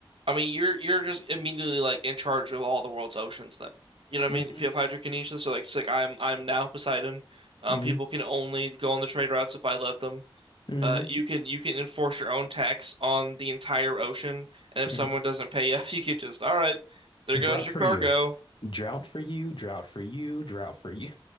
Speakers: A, on the right; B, on the left.
A: I mean, you're you're just immediately like in charge of all the world's oceans. Then you know what
B: hmm
A: I mean. If you have hydrokinesis, so like, it's like I'm I'm now Poseidon. Um,
B: hmm
A: people can only go on the trade routes if I let them.
B: hmm
A: Uh, you can you can enforce your own tax on the entire ocean, and if
B: hmm
A: someone doesn't pay up, <laughs> you could just all right, there
B: Drought
A: goes your
B: for
A: cargo.
B: you, drought for you, drought for you, drought for you.